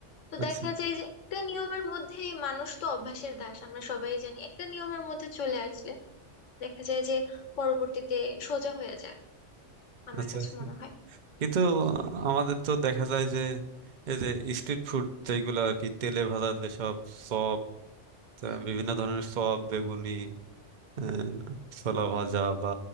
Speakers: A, on the left (about 80°); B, on the right (about 45°).
A: তো
B: আচ্ছা
A: দেখা যায় যে একটা নিয়মের মধ্যে মানুষ তো অভ্যাসের দাস আমরা সবাই জানি একটা নিয়মের মধ্যে চলে আসলে দেখা যায় যে পরবর্তীতে সোজা হয়ে যায় আমার
B: আচ্ছা
A: কাছে
B: আচ্ছা
A: মনে হয়
B: কিন্তু আমাদের তো দেখা যায় যে এই যে স্ট্রিট ফুড যেগুলো আর কি তেলে ভাজা যেসব চপ
A: হুম
B: আহ, বিভিন্ন ধরনের চপ বেগুনি আহ, ছোলা ভাজা বা